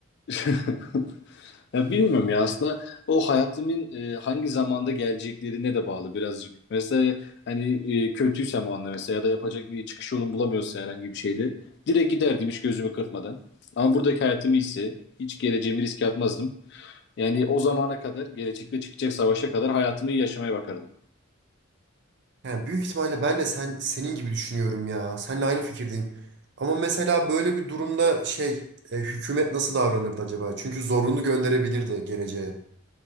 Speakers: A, on the left (about 55°); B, on the right (about 55°).
A: <laughs> Ya bilmiyorum ya aslında o hayatımın e, hangi zamanda geleceklerine de bağlı birazcık. Mesela hani e, kötüysem o anda mesela ya da yapacak bir çıkış yolum bulamıyorsa herhangi bir şeyle direkt giderdim hiç gözümü kırpmadan. Ama buradaki hayatım iyiyse hiç geleceğimi riske atmazdım. Yani o zamana kadar, gelecekte çıkacak savaşa kadar hayatımı iyi yaşamaya bakardım.
B: Yani büyük ihtimalle ben de sen senin gibi düşünüyorum ya. Seninle aynı fikirdeyim. Ama mesela böyle bir durumda şey e, hükümet nasıl davranırdı acaba? Çünkü zorunlu gönderebilirdi geleceğe.